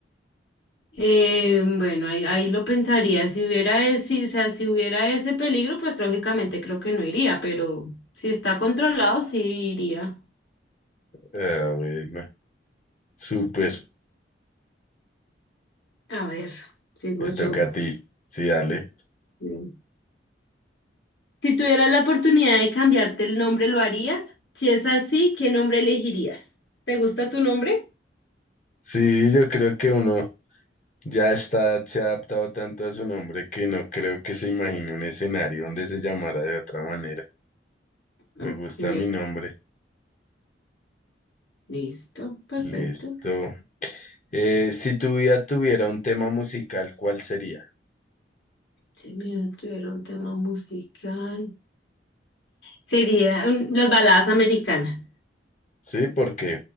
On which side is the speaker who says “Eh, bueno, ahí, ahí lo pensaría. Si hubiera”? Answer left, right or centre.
Left